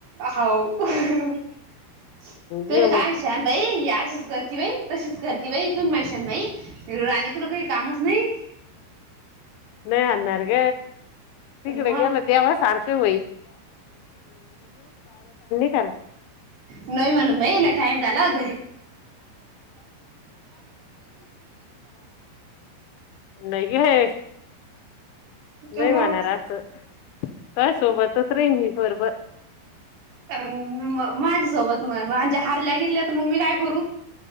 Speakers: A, on the right; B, on the left.
A: हो तुम्ही
B: ये मग
A: काय शान भाई या तशीच करती बाई तशीच करती बाई तू म्हैशन बाई राणी तुला काही कामच नाही.
B: नाही आणार ग तिकडे
A: मग
B: गेलं देवा सारखं <inaudible>
A: नोय म्हणून भाई टाईम झाला <inaudible>
B: नाही हे नाही
A: मग
B: म्हणार असं तुह्या सोबतच राहीन मी बरबर
A: अ माझ्यासोबत म माझ्या हारल्या गिरल्या त मग मी काय करू